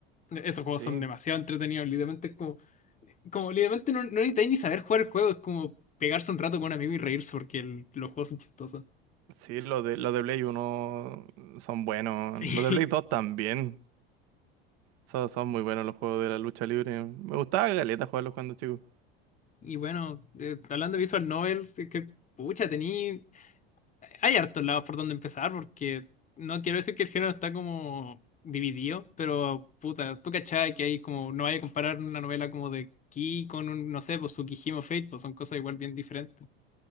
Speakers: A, on the left; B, on the right.
A: E, Esos juegos
B: Sí,
A: son demasiado entretenidos, literalmente es como, como literalmente no, no necesitáis ni saber jugar el juego, es como pegarse un rato con un amigo y reírse porque el- los juegos son chistosos. <laughs>
B: sí, los de, los de Play uno son buenos.
A: Sí.
B: Los de Play 2 también. Son, son muy buenos los juegos de la lucha libre. Me gustaba galeta jugarlos cuando chico.
A: Y bueno, eh, hablando de Visual Novels, es que pucha, tení. hay hartos lados por donde empezar, porque no quiero decir que el género está como dividido, pero puta, tú cachai que hay como, no vaya a comparar una novela como de Ki con un, no sé, pues Tsukihime o Fate, pues son cosas igual bien diferentes.